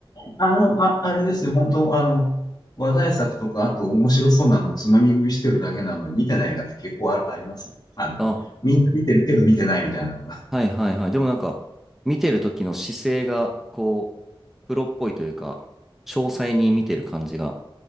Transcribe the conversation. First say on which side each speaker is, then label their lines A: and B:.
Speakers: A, on the left; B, in the centre.
A: あの、あ、あれですよ、本当あの、話題作とか、あと面白そうなのつまみ食いしてるだけなので、見てない映画って結構あ、ありますよ。あの、
B: あ、
A: みんな見てるけど見てないみたいなのが。
B: はいはいはい。でもなんか、見てる時の姿勢が、こう、プロっぽいというか、詳細に見てる感じが